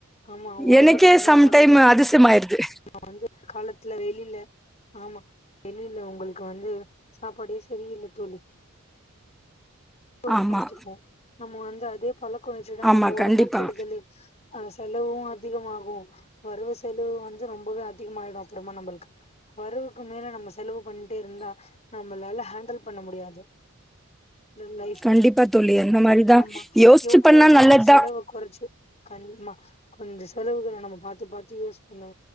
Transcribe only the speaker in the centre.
எனக்கே
சம்டைம்
அதிசயமாயிருது.
ஆமா,
ஆமா
கண்டிப்பா.
கண்டிப்பா தோழி அந்த மாரிதா
யோசிச்சு
பண்ணா
நல்லதுதா